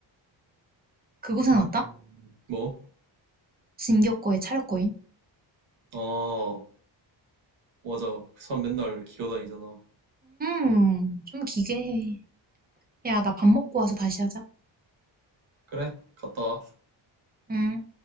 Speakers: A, on the right; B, on the right.
A: 그곳에
B: 음.
A: 나다
B: 뭐?
A: 진격거에 차렸거인?
B: 아, 맞아. 그 사람 맨날 기어 다니잖아.
A: 음, 좀 기괴해. 야, 나 밥 먹고 와서 다시 하자.
B: 그래, 갔다 와.
A: 음.